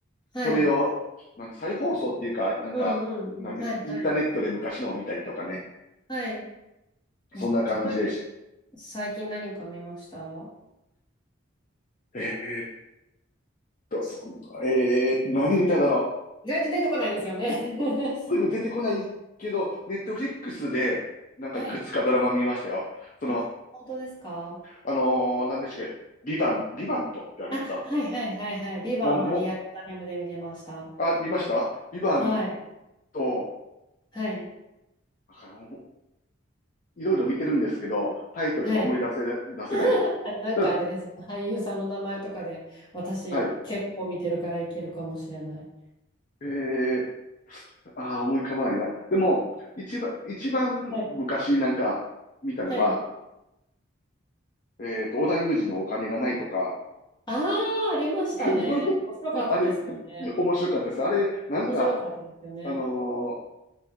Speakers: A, on the left (about 20°); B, on the left (about 40°).
A: はい。
B: それを、なんて再放送っていうか、なんか、
A: うんうんうん。
B: 何、
A: はい。はい。
B: インターネットで昔のを見たりとかね、
A: はい。え、
B: そんな感じでし、
A: 例えば、最近何か見ました
B: えーっと、そんな、えー、何見ただろ
A: 意外と出てこないですよね。<laughs>
B: う。すぐ出てこないけど、ネットフリックスで、なんかいくつかドラマ見ましたよ。
A: はい。
B: その、
A: あ、本当ですか
B: あのー、何でしたっけ、ビバン、ビバントってありました
A: あ、はいはいはいはい。ビバンはリアルタイムで見てました。
B: もうもうあ、見ましたビバン
A: はい。
B: ト
A: はい。
B: あの、もういろいろ見てるんですけど、タイトルが思い出せ、
A: はい。
B: 出せない。
A: <laughs> あなんかあれです。
B: ただ、
A: 俳優さんの名前とかで、私結構見てるからいけるかもしれない。
B: はい。ええああー、思い浮かばないな。でも、一番、一番昔なんか見たのは、
A: はい。はい。
B: えっと、織田裕二のお金がないとか、
A: ああ、ありましたね。
B: <laughs>
A: 面白かったですよね。
B: あれ、面白かったです。あれ、なんか、
A: 面白かったですよね。
B: あのー